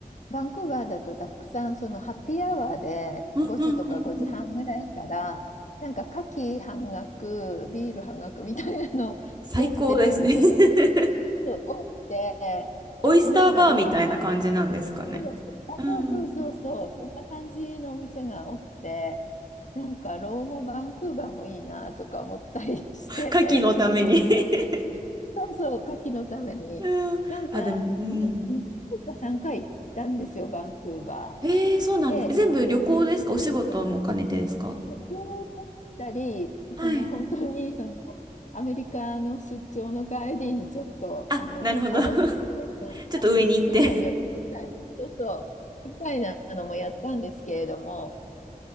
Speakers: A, on the left (about 55°); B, on the right (about 30°).
A: バンクーバーだとたくさんそのハッピーアワーで5時とか5時半ぐらいからなんか夏季半額、
B: うんうんうん。
A: ビール半額みたいなのをやってるお店が結構多くて、
B: 最高ですね <laughs>
A: 私なんか老後は
B: オイスターバーみたいな感じなんですかね。
A: そうそう、あ、
B: うん。
A: そうそうそうそう、そんな感じのお店が多くて、なんか老後バンクーバーもいいなとか思ったりして、
B: 牡蠣のために <laughs>
A: そうそう、夏季のために。
B: うん。
A: なんか、
B: あ、でも、うん。
A: ね、2回か3回行ったんですよ、バンクーバ
B: えー、そうなんです。
A: ー。で、
B: え全部旅行ですかお仕事も兼ねてですか
A: 一回、そう旅行だったり、
B: はい。
A: その本当にそのアメリカの出張の帰りにちょっとあのサボってな何日か寄るみたいな、
B: あ、なるほど。<laughs> ちょっと上に行って
A: そうそう、みたいなのもやったんですけれども、